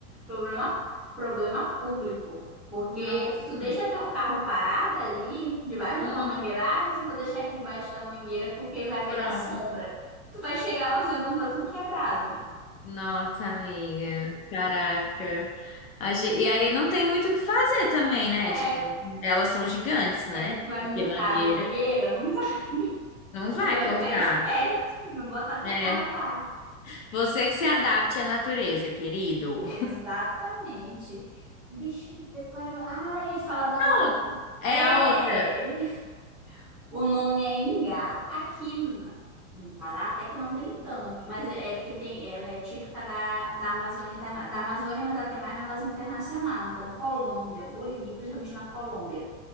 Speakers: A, in the centre; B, on the left.
A: Problema, problema público, porque
B: Nossa,
A: tu deixa teu carro parado ali, debaixo
B: hum,
A: de uma mangueira, ah, mas não vou deixar aqui debaixo da mangueira porque vai pegar
B: pronto.
A: sombra. Tu vai chegar lá, os vidros vão estar tudo quebrado.
B: Nossa, amiga, caraca. A ge- E aí não tem muito o que fazer também, né?
A: É,
B: Tipo, elas são gigantes, né?
A: É, tu vai
B: Porque
A: multar
B: mangueira
A: a mangueira? Não vai. <laughs>
B: não vai
A: Tu vai
B: cortar,
A: ficar esperto, não botar teu
B: né?
A: carro lá.
B: Você que se adapte à natureza, querido.
A: Exatamente. Deixa eu ver qual era. Ah, ia te falar da outra.
B: ou-
A: É!
B: É a outra.
A: O nome é Ingá. Aqui na- no Pará até que não tem tanto, mas é é porque tem, ela é típica da, da Amazônia, Interna- da Amazônia, mas ela tem mais na Amazônia Internacional. Então, Colômbia, Bolívia, principalmente na Colômbia.